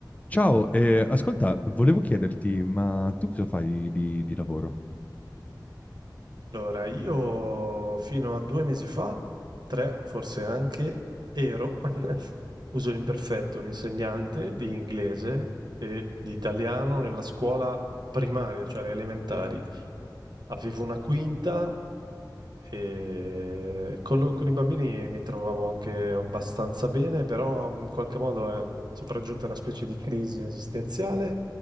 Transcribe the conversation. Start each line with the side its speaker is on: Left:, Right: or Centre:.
Left: Ciao, eh, ascolta, volevo chiederti, ma tu cosa fai di, di lavoro?
Right: Allora, io fino a 2 mesi fa, 3 forse anche, ero <laughs> uso l'imperfetto, un insegnante di inglese e di italiano nella scuola primaria, cioè alle elementari. Avevo una quinta e con lo con i bambini mi trovavo anche abbastanza bene, però mhmm, in qualche modo è sopraggiunta una specie di crisi esistenziale.